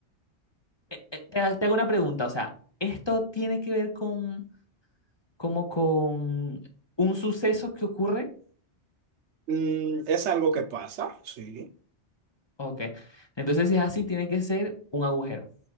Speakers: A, on the left; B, on the right.
A: eh, eh, te te hago una pregunta, o sea, ¿esto tiene que ver con como con un suceso que ocurre.
B: Mm, Es algo que pasa, sí.
A: Ok. Entonces, si es así, tiene que ser un agujero.